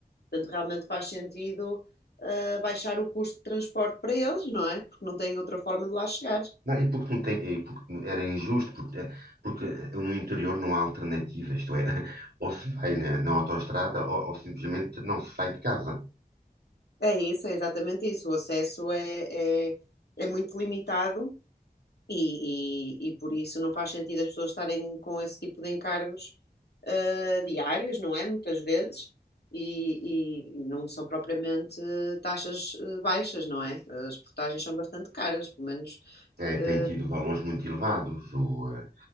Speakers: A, on the left (about 80°); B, on the right (about 75°).
A: Portanto, realmente faz sentido, ah, baixar o custo de transporte para eles, não é? Porque não têm outra forma de lá chegar.
B: Não, e porque não tem, e porque era injusto, porque, eh, porque no interior não há alternativa, isto é, <laughs> ou se vai na, na autoestrada ou, ou simplesmente não se sai de casa.
A: É isso, é exatamente isso. O acesso é, é, é muito limitado E, e, e por isso não faz sentido as pessoas estarem com esse tipo de encargos ah, diários, não é? Muitas vezes. E, e- e não são propriamente taxas ah, baixas, não é? As portagens são bastante caras, pelo menos
B: Eh,
A: ah,
B: tem tido valores muito elevados. O, eh,